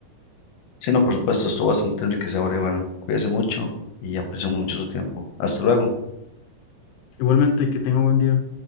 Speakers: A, on the left; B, on the left.
A: Sí, no, por supuesto, estuvo bastante enriquecedor y bueno, cuídese mucho y aprecio mucho su tiempo. Hasta luego.
B: Igualmente, que tenga buen día.